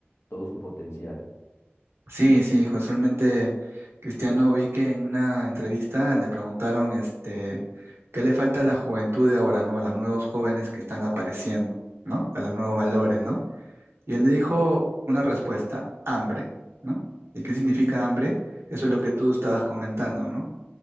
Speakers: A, on the left; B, on the right.
A: todo su potencial.
B: Sí, sí, casualmente Cristiano vi que en una entrevista le preguntaron este, qué le falta a la juventud de ahora, ¿no? A los nuevos jóvenes que están apareciendo, ¿no? A los nuevos valores, ¿no? Y él le dijo una respuesta, hambre, ¿no? ¿Y qué significa hambre? Eso es lo que tú estabas comentando, ¿no?